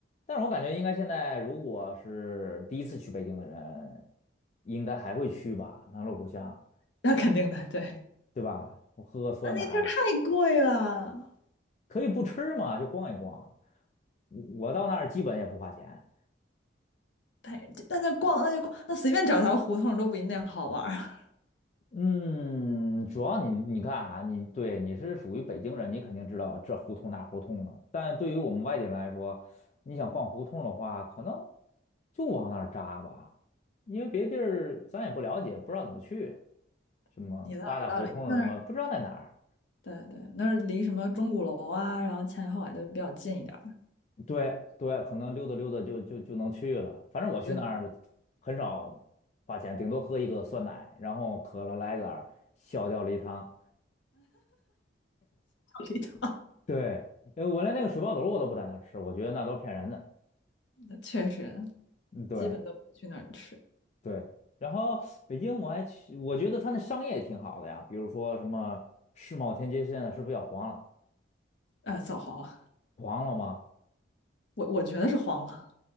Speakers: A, on the left; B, on the left.
A: 但是我感觉应该现在如果是第一次去北京的人，应该还会去吧，南锣鼓巷，
B: 那肯定的，对，
A: 对吧？我喝个酸奶，
B: 那那地儿太贵了。
A: 可以不吃嘛，就逛一逛。我到那儿基本也不花钱。
B: 太，那就逛，那就逛，那随便找条胡同都不一定好玩儿。
A: 嗯，主要你你看啊，你对你是属于北京人，你肯定知道这胡同那胡同的。但对于我们外地人来说，你想逛胡同的话，可能就往那儿扎吧，因为别地儿咱也不了解，不知道怎么去。
B: <laughs>
A: 什么八大胡同什么，
B: 你倒有道理，那儿
A: 不知道在哪儿。
B: 对对，那儿离什么钟鼓楼啊，然后前海后海都比较近一点儿，
A: 对对，可能溜达溜达就就就能去了。反正我去那儿很少
B: 也就
A: 花钱，顶多喝一个酸奶，然后渴了来一杆儿小吊梨汤。
B: 离它
A: 对，呃我连那个水爆肚我都不在那儿吃，我觉得那都是骗人的。
B: <laughs> 确实
A: 嗯对
B: 基本都不去那儿吃。
A: 对，然后北京我还去，我觉得它那商业也挺好的呀，比如说什么世贸天阶现在是不是要黄了？
B: 呃，早黄了，
A: 黄了吗？
B: 我我觉得是黄了，